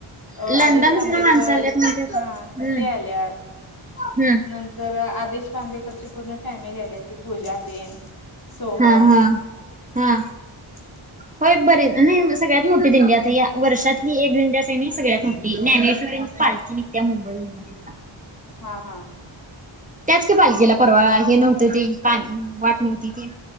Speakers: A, on the left; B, on the right.
A: अ
B: लंडनसन
A: आदेश बांदेकर
B: माणसं आल्यात म्हणत्यात.
A: हा
B: हम्म
A: ते आल्यात
B: हम्म
A: नं तर आदेश बांदेकरची पूर्ण फॅमिली आली ती पूजा तेन. सोहम
B: हा हा हा.
A: <inaudible>
B: होय बरे नाही म सगळ्यात मोठी दिंडी आता या वर्षातली एक दिंडी असेल नी सगळ्यात मोठी ज्ञानेश्वरिंची पाल ति निघं त्या मुंबई म्हणुन देेता.
A: हा हा.
B: त्याच कि पालकीला परवा हे नव्हतं ते पा वाट नव्हती ती.